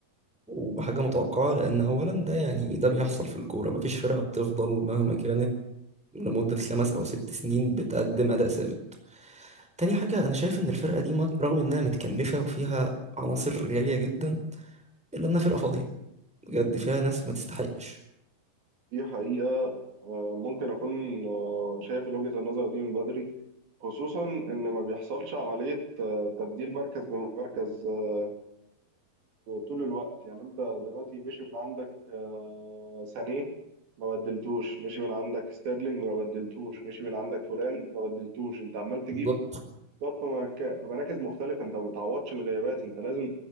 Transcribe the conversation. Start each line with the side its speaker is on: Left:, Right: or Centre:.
Centre: وحاجة متوقعة لأن أولا ده يعني ده بيحصل في الكورة مفيش فرقة بتفضل مهما كانت لمدة خمس أو ست سنين بتقدم أداء ثابت تاني حاجة أنا شايف إن الفرقة دي مج- رغم إنها متكلفة وفيها عناصر غالية جدا إلا إنها فرقة فاضية بجد فيها ناس ما تستحقش
Right: دي حقيقة آه، ممكن أكون آه، شايف وجهة النظر دي من بدري خصوصا إن ما بيحصلش عملية آه، تبديل مركز بمركز آه، طول الوقت يعني أنت دلوقتي مشي من عندك آه، سانيه ما بدلتوش مشي من عندك ستيرلينج ما بدلتوش مشي من عندك فلان ما بدلتوش أنت عمال تجيب
Centre: بالظبط
Right: برضه في مك- في مراكز مختلفة أنت ما بتعوضش الغيابات أنت لازم